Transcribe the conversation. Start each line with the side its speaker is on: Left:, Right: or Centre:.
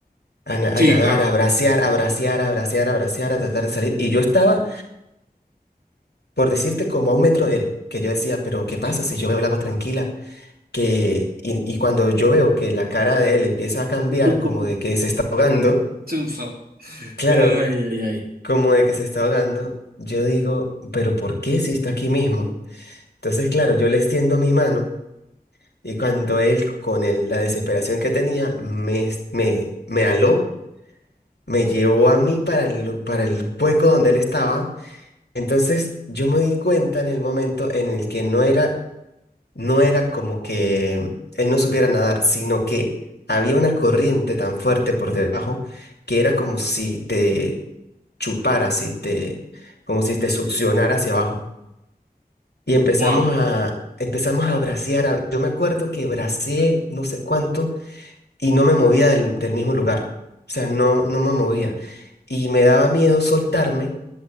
Left: a, na- a
Right: Sí,
Left: nadar,
Right: claro.
Left: a bracear, a bracear, a bracear, a bracear, a tratar de salir. Y yo estaba, por decirte, como a un metro de él, que yo decía, pero ¿qué pasa si yo veo el agua tranquila? Que, y, y cuando yo veo que la cara de él empieza a cambiar,
Right: <laughs>
Left: como de que se está ahogando,
Right: Chuzo.
Left: claro,
Right: Ay, ay, ay.
Left: como de que se está ahogando, yo digo, pero ¿por qué si está aquí mismo? Entonces, claro, yo le extiendo mi mano Y cuando él, con el- la desesperación que tenía, me, me, me aló, me llevó a mí para el, para el hueco donde él estaba. Entonces yo me di cuenta en el momento en el que no era, no era como que él no supiera nadar, sino que había una corriente tan fuerte por debajo que era como si te chupara, si te, como si te succionara hacia abajo. Y empezamos
Right: Wow.
Left: a, empezamos a bracear. a- Yo me acuerdo que braceé no sé cuánto y no me movía del, del mismo lugar. O sea, no, no me movía. Y me daba miedo soltarme